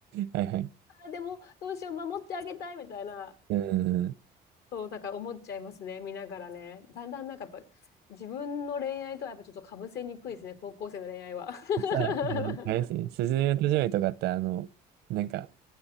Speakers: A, on the right; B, on the left.
A: はいはい。
B: あ、でもどうしよう、守ってあげたいみたいな。
A: うん。
B: そう、だから思っちゃいますね、見ながらね。だんだんなんかやっぱ、自分の恋愛とはやっぱちょっとかぶせにくいですね、高校生の恋愛は。<laughs>
A: そしたら、あの、あれですね、すずめの戸締まりとかって、あの、なんか、